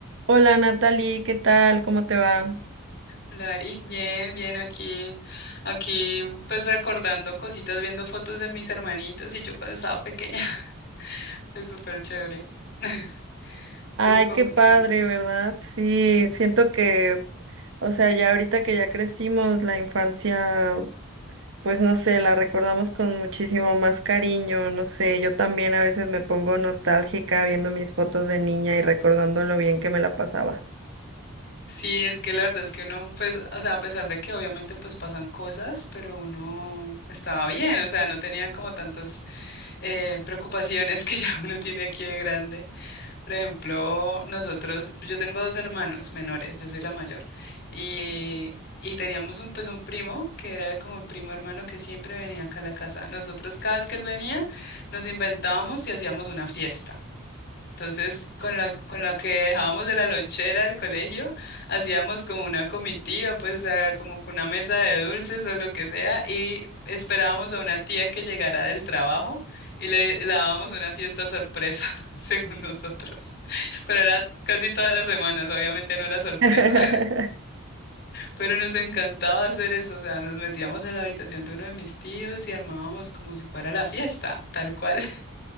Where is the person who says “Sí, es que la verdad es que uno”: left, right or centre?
Left